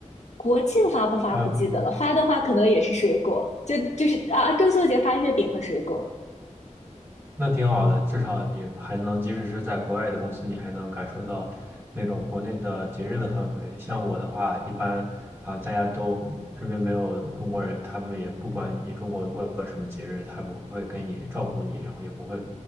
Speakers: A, on the left; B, on the right.
A: 国庆发不发不记得了，
B: 还有。
A: 发的话可能也是水果，就就是啊，中秋节发月饼和水果。
B: 那挺好的，至少你还能，即使是在国外的公司，你还能感受到那种国内的节日的氛围。像我的话，一般啊，大家都这边没有中国人，他们也不管你中国人过个什么节日，他不会跟你照顾你，然后也不会